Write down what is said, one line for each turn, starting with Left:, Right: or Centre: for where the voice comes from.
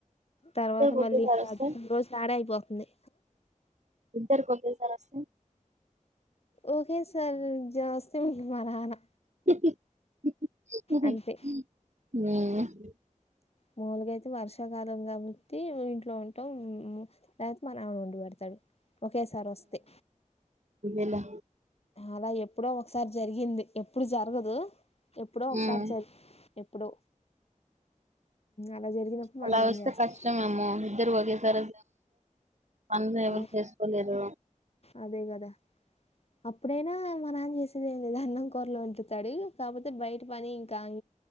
Left: తర్వాత
Right: ఇద్దరికి
Left: మళ్ళీ
Right: ఒకేసారి
Left: కాదు
Right: వస్తే
Left: రోజు తడే అయిపోతుంది
Right: ఇద్దరుకి ఒకటేసారి వస్తే
Left: ఓకే సార్ జాస్తతి మీ మరానా
Right: ఆ
Left: అంతే మామూలుగాయితే వర్షాకాలం కాబట్టి ఇంట్లో ఉంటాం లేకపోతే మన ఆడ వండి పెడతాడు ఒకేసారి వస్తే
Right: ఇలా
Left: అలా ఎప్పుడో ఒకసారి జరిగింది ఎప్పుడు జరగదు ఎప్పుడో
Right: హ్మ్
Left: ఒకసారి జరి ఎప్పుడో అలా జరిగినప్పుడు
Right: అలా
Left: మా నాన్న
Right: వస్తే
Left: చేస్తా
Right: కష్టమేమో ఇద్దరు ఒగేసారు పనులు ఎవరు
Left: ఆ
Right: చేసుకోలేరు
Left: అదే కదా అప్పుడైనా మనాన్న చేసిందిది అన్నం కూరలు వంటుతాడు కాకపోతే బయట పని ఇంకా